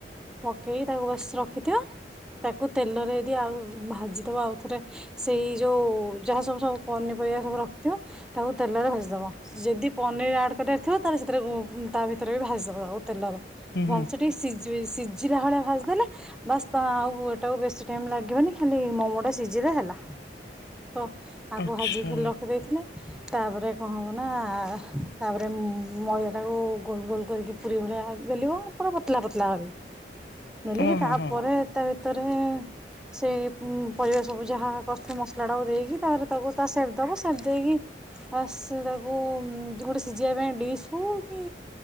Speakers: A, in the centre; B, on the left.
A: ପକେଇକି ତାକୁ ବସ ରଖିଥିବ ତାକୁ ତେଲରେ ଯଦି ଆଉ ଭାଜିଦବା ଆଉଥରେ ସେଇ ଯେଉଁ ଯାହା ସବୁ ସବୁ ପନିପରିବା ସବୁ ରଖିଥିବ ତାକୁ ତେଲରେ ଭେଜିଦବ। ଯଦି ପନିର ଆଡ଼୍ କରିବାର ଥିବ ତାହେଲେ ସେଥିରେ ତା ଭିତରେ ବି ଭାଜି ଦେବା ଆଉ ତେଲରେ। ଭଲସ
B: ହୁଁ ହୁଁ
A: ଟିକେ ସି ସିଝିଲା ଭଳିଆ ଭାଯିଦେଲେ ବାସ୍ ତ ଆଉଟାକୁ ବେଶୀ ଟାଇ ଲାଗିବନି ଖାଲି ମୋମୋ ବା ସିଇଜଦେ ହେଲା। ତ ଆଗ
B: ଆଚ୍ଛା
A: ଭାଜି ଖାଲି ରଖିଦେଇଥିଲେ। ତାପରେ କଣ ନା ତାପରେ ମଇଦାଟାକୁ ଗୋଲ ଗୋଲ କରିକି ପୁରୀ ଭଳିଆ ବେଲିବ। ପୁରା ପତଲା ପତଲା କରି। ମଲିକି
B: ହଁ
A: ତାପରେ
B: ହଁ ହଁ
A: ତା ଭିତରେ ସେଇ ପରିବା ସବୁ ଯାହା। ପ୍ରଥ ମସଲାଟାକୁ ଦେଇକି ତାପରେ ତାକୁ ତା ସେଫ୍ ଦେବ ସେପ୍ ଦେଇକି ଆ ତାକୁ ଗୋଟେ ସିଝେଇବା ପାଇଁ ଡିସ୍ ହଉ କି